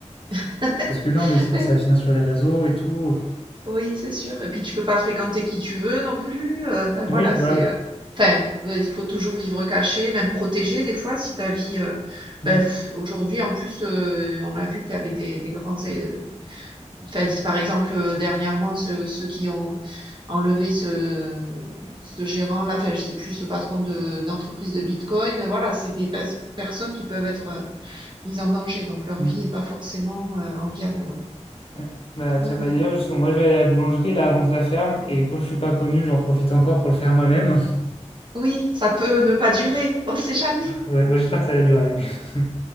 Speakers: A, on the right; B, on the left.
A: <laughs>
B: Parce que non, mais sinon,
A: Eh
B: ça
A: oui,
B: va finir sur les réseaux et tout.
A: oui, c'est sûr. Et puis tu peux pas fréquenter qui tu veux non plus. euh, Enfin
B: Oui,
A: voilà,
B: voilà.
A: c'est. euh, Enfin, euh, il faut toujours vivre caché, même protégé des fois si ta vie. euh,
B: Mm,
A: ben, pff, aujourd'hui en plus, euh, on a vu qu'il y avait des, des grands. é- Enfin, c'est par exemple euh, dernièrement ceux, ceux qui ont enlevé ce, ce gérant là. Enfin, je sais plus ce patron de d'entreprise de Bitcoin. Voilà, c'est des pers- personnes qui peuvent être euh, mises en danger, donc leur
B: mm,
A: vie est pas forcément euh, enviable. Ouais.
B: ouais. Bah
A: Ouais,
B: tiens, bah
A: ouais.
B: d'ailleurs, justement, moi je vais aller à la boulangerie là avant que ça ferme, et comme je suis pas connu, j'en profite encore pour le faire moi-même. <laughs>
A: Oui, ça peut ne pas durer, on sait jamais.
B: Ouais, bah, j'espère que ça va durer, mais... <laughs>